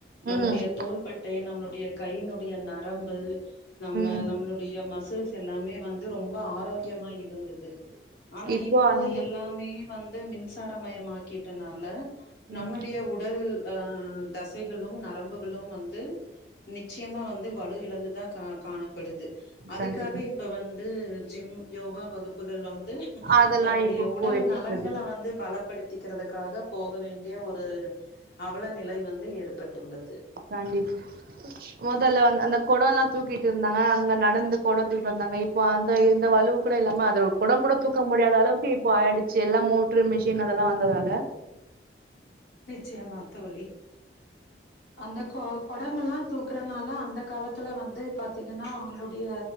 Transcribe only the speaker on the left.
நம்ளுடைய
தோள்பட்டை நம்ளுடைய கையினுடைய நரம்பு நம்ம
நம்ளுடைய மசில்ஸ் தெல்லாமே வந்து ரொம்ப ஆரோக்கியமா இரு இருந்தது ஆனா
இப்போது
எல்லாமே வந் து மின்சாரமயமாக்கிட்டனால
நம்ளுடைய உடல் லு தசைகளு நரம்புகளு வந்து நிச்சயமா வந்து வலு இழந்து தா கா காணப்படுது அதுக்காக
இப்ப வந்து ஜிம் யோகா வகுப்பு கள் வந் து
தன்னுடைய
உடல்
நலன்கள
வந்து பலப்படுத் திக்கிறதுக்காக போக வேண் டிய ஒரு அவல நிலை வந்து இருக் பட்டுள்ளது
நிச்சயம்மா தோழி அந்த கொ கொடமெல்லா தூக்கறனால அந்த காலத்துல வந்து பாத்தீங்கன்னா அவங்களு டைய